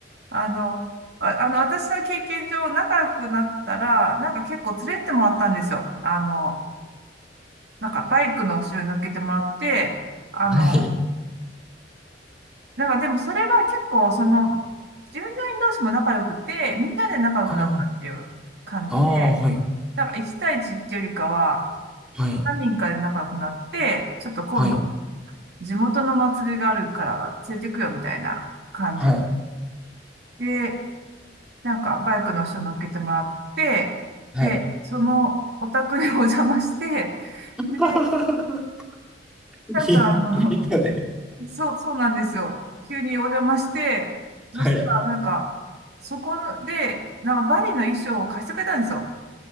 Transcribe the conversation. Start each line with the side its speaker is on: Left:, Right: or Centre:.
Right: あの、あ、あの、私の経験上仲良くなったら、なんか結構連れてってもらったんですよ。あの、なんかバイクの後ろに乗っけてもらって、あの、
Centre: はい。
Right: なんかでもそれは結構その、従業員同士も仲良くて、みんなで仲良くなったっていう感じで、
Centre: ああ、ああ、はい。
Right: なんか1対1っていうよりかは、
Centre: はい。
Right: 何人かで仲良くなって、ちょっと今度
Centre: はい。
Right: 地元の祭りがあるから連れてくよみたいな感じ
Centre: はい。
Right: で、なんかバイクの人乗っけてもらって、
Centre: はい。
Right: で、そのお宅にお邪魔して、
Centre: <laughs>
Right: で、
Centre: い
Right: なんかあの、
Centre: いので。
Right: そう、そうなんですよ。急にお邪魔して、そしたらなんか、
Centre: はい。
Right: そこで、なんかバリの衣装を貸してくれたんですよ。